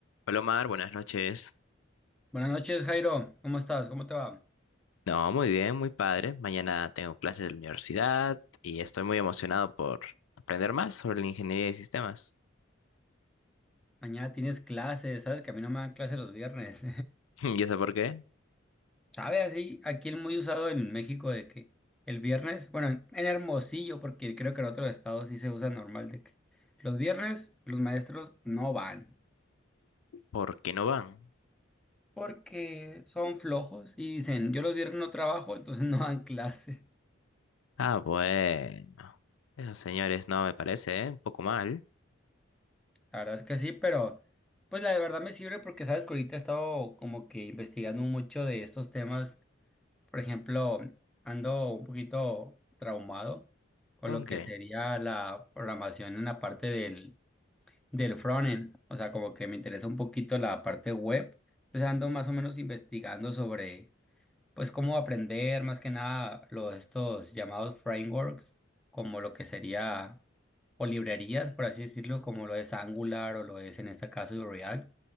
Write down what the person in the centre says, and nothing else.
Buenas noches, Jairo. ¿Cómo estás? ¿Cómo te va?
Mañana tienes clases, ¿sabes? Que a mí no me dan clases los viernes.
<laughs> ¿Sabes? Así, aquí el muy usado en México de que el viernes, bueno, en en Hermosillo, porque creo que en otros estados sí se usa normal de que los viernes los maestros no van
porque son flojos y dicen, yo los viernes no trabajo, entonces <laughs> no dan clases.
La verdad es que sí, pero pues la de verdad me sirve porque, ¿sabes? Que ahorita he estado como que investigando mucho de estos temas Por ejemplo, ando un poquito traumado con
lo que
sería la programación en la parte del, del frontend. O sea, como que me interesa un poquito la parte web. Entonces ando más o menos investigando sobre, pues, cómo aprender más que nada los, estos llamados frameworks, como lo que sería, o librerías, por así decirlo, como lo es Angular o lo es en este caso React.